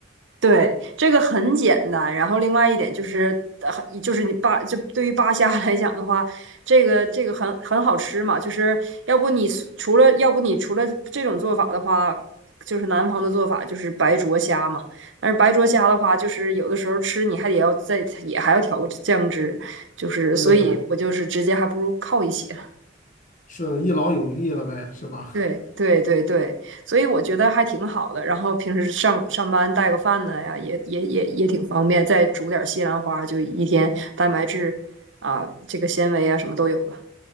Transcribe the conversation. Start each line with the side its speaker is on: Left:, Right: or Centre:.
Right: 对，这个很简单。然后另外一点就是，呃就是你扒，就对于扒虾来讲的话，这个这个很很好吃嘛。就是要不你除了要不你除了这种做法的话，就是南方的做法就是白灼虾嘛。但是白灼虾的话，就是有的时候吃你还得要再也还要调个酱汁，就是所以我就是直接还不如靠一些。
Left: 对，是一劳永逸了呗，是吧？
Right: 对对对对，所以我觉得还挺好的。然后平时上上班带个饭呢呀，也也也也挺方便。再煮点西兰花，就一天蛋白质啊，这个纤维啊，什么都有了。